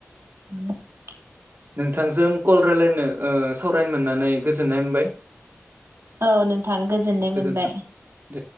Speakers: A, on the right (about 80°); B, on the right (about 55°).
A: उम <unintelligible>
B: नोंथांजों कल रायलायनो ओ सावरायनो मोननानै गोजोननाय मोनबाय।
A: औ नोंथां गोजोननाय
B: गोजोन्थों
A: मोनबाय।
B: दे।